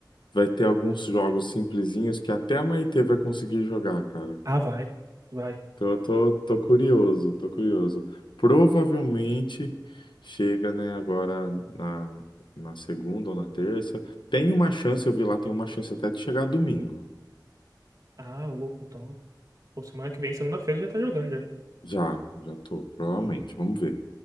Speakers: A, on the left (about 85°); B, on the right (about 50°).
A: Vai ter alguns jogos simplesinhos que até a Maitê vai conseguir jogar, cara.
B: Ah, vai. Vai.
A: Então eu tô, tô curioso, tô curioso. Provavelmente chega, né, agora na, na segunda ou na terça. Tem uma chance, eu vi lá, tem uma chance até de chegar domingo.
B: Ah, louco, então. Pô, semana que vem, segunda-feira, já tá jogando já.
A: Já, já tô, provavelmente, vamos ver.